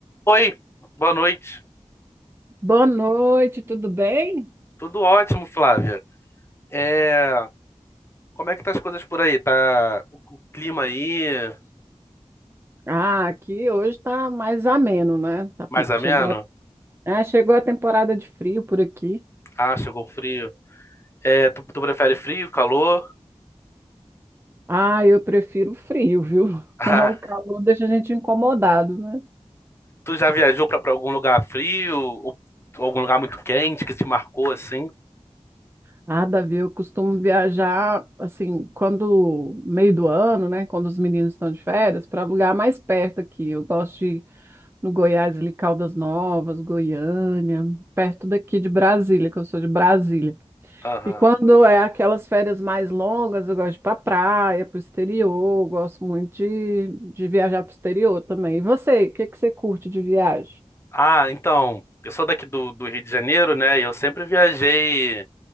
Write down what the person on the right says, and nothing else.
Boa noite, tudo bem?
Ah, aqui hoje tá mais ameno, né? Tá-
chegou a, é, chegou a temporada de frio por aqui.
Ah, eu prefiro o frio, viu? <laughs>
O calor deixa a gente incomodado, né?
Ah, Davi, eu costumo viajar assim, quando meio do ano, né? Quando os meninos estão de férias, para lugar mais perto aqui. Eu gosto de ir no Goiás, ali, Caldas Novas, Goiânia, perto daqui de Brasília, que eu sou de Brasília.
E quando é aquelas férias mais longas, eu gosto de ir para praia, para o exterior, eu gosto muito de, de viajar para o exterior também. E você, o que que você curte de viagem?